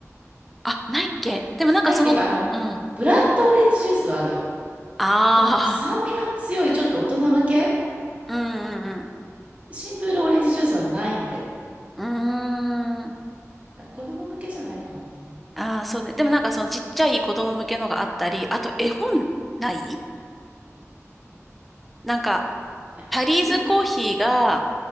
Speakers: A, in the centre; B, on the right (about 25°).
A: あ、ないっけでもなんかその、
B: ないっていうか、あの、
A: うん。
B: ブラッドオレンジジュースはあるよ。
A: あ
B: でも酸味の強いちょっと大人向け
A: あ、うんうん
B: シンプルオレンジジュースはないんだよ。
A: うん。うーん。
B: だから子供向けじゃないかもね。
A: ああ、そうね。でもなんかそのちっちゃい子供向けのがあったり、あと絵本ないなんか、
B: ごめん。
A: タリーズコーヒーが、
B: ん